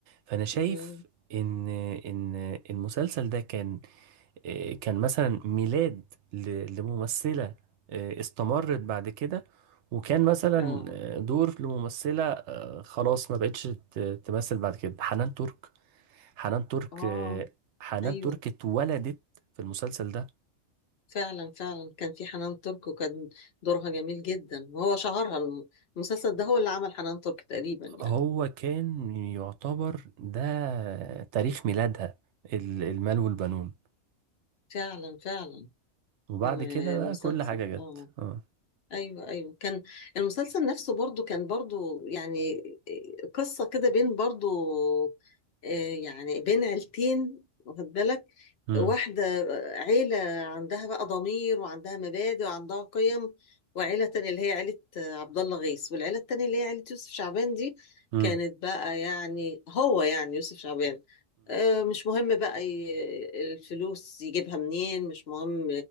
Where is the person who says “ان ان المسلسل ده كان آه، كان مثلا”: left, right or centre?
Right